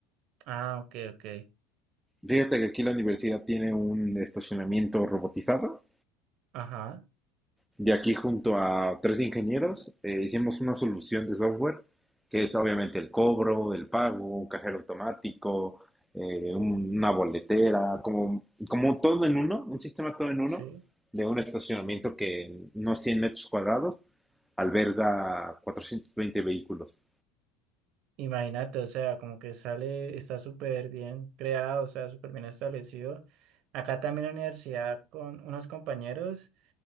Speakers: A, on the right; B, in the centre.
A: Ah, ok, ok.
B: Fíjate que aquí la universidad tiene un estacionamiento robotizado.
A: Ajá,
B: De aquí junto a tres ingenieros eh, hicimos una solución de software, que es obviamente el cobro, el pago, un cajero automático, eh, un- una boletera, como, como todo en uno, un sistema todo en uno,
A: sí.
B: de un estacionamiento que en unos 100 metros cuadrados alberga 420 vehículos.
A: Imagínate, o sea, como que sale, está súper bien creado, o sea, súper bien establecido. Acá también en la universidad con unos compañeros